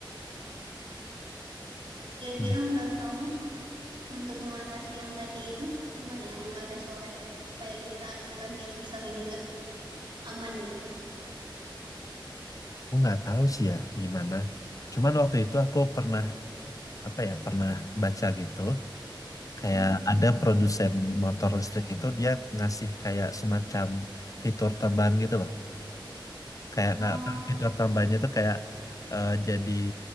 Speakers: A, on the right; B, on the left.
A: Kira-kira
B: Hmm.
A: menurut kamu untuk mengatasi yang tadi itu gimana yang nggak ada suara itu supaya kita sebagai usernya juga aman gitu.
B: Aku nggak tahu sih ya gimana. Cuman waktu itu aku pernah apa ya pernah baca gitu kayak
A: Hmm.
B: ada produsen motor listrik itu dia ngasih kayak semacam fitur tambahan gitu loh. Kayak nggak
A: Oh,
B: apa fitur tambahannya itu kayak eh, jadi